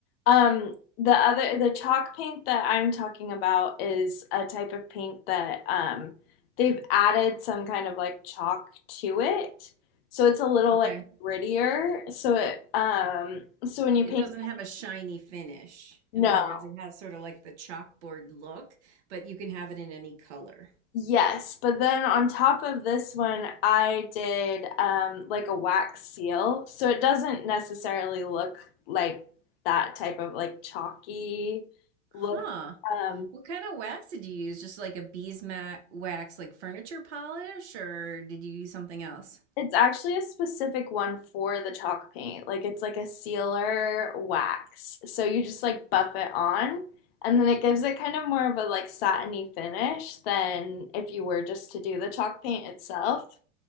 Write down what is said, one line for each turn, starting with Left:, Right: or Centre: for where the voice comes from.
Left: Um, the other, the chalk paint that I'm talking about is a type of paint that um, they've added some kind of like chalk to it. So it's a little
Right: Okay.
Left: like grittier. So it, um, so when you
Right: It
Left: paint,
Right: doesn't have a shiny finish.
Left: no,
Right: In other words, it has sort of like the chalkboard look, but you can have it in any color.
Left: yes. But then on top of this one, I did um, like a wax seal. So it doesn't necessarily look like that type of like chalky
Right: Huh.
Left: look. Um,
Right: What kind of wax did you use? Just like a beeswax like furniture polish, or did you use something else?
Left: It's actually a specific one for the chalk paint. Like it's like a sealer wax. So you just like buff it on and then it gives it kind of more of a like satiny finish than if you were just to do the chalk paint itself.